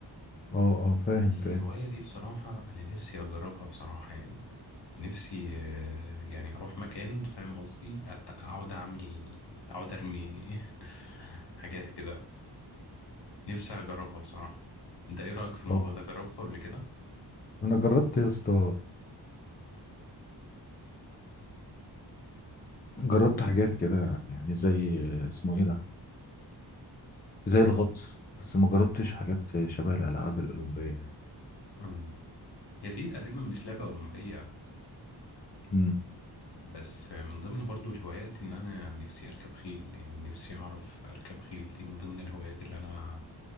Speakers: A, on the left; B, on the left.
A: اه اه فاهم
B: الهواية
A: فاهم
B: دي بصراحة أنا نفسي أجربها بصراحة يعني نفسي آه، يعني أروح مكان فاهم قصدي أت- أقعد أعمل أقعد أرمي <laughs> حاجات كده نفسي أجربها بصراحة أنت إيه رأيك في الموضوع
A: اه
B: ده جربته قبل كده؟
A: انا جربت يا اسطى جربت حاجات كده يعني زي اسمه ايه ده زي الغطس بس ما جربتش حاجات زي شبه الالعاب الاولمبيه يعني
B: مم. هي دي تقريبا مش لعبة أولمبية
A: امم
B: بس من ضمن برضو الهوايات ان انا نفسي اركب خيل يعني نفسي اعرف اركب خيل دي من ضمن الهوايات اللي انا